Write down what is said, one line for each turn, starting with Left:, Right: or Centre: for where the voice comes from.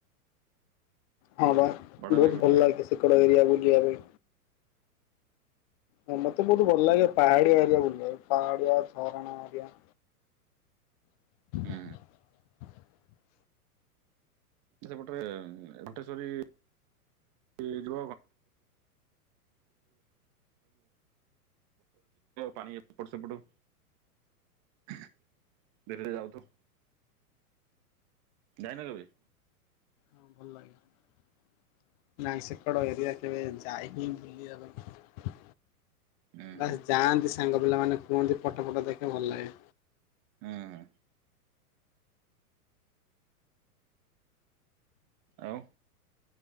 Left: ହଁ ବା
Right: ବଢିଆ
Left: ବହୁତ
Right: ଲାଗିବ ବୁଲିବାକୁ
Left: ଭଲ ଲାଗ ସେଡ ଏରିଆ ବୁଲିବା ପାଇଁ ହ ମତେ ବହୁତ ଭଲ ଲାଗେ ପାହାଡି ବେ ପାଡ଼ଆ ରଣ ଆ <inaudible>
Right: ହୁଁ ସେପଟରେ ଭଟେଶ୍ରୀ ଣ୍ଟ ପାଣି ଏପଟ ସେପଟ ଧୀରେ ଧୀରେ ଯାଉଥ ଯାଇନା କେବେ
Left: ହଁ ଭଲ ଲାଗେ ନାସକଡ ଏରିଆ କେବେ ଯାଏ ହିଁ ଭୁଲି ପାଇଁ
Right: ହୁଁ
Left: ବସ
Right: ହୁଁ
Left: ଯାଆନ୍ତି। ସାଙ୍ଗ ପିଲାମାନେ କୁହନ୍ତି ପଟ ଫଟ ଦେଖେ ଭଲ ଲାଗେ
Right: ହଁ ହ ଆଉ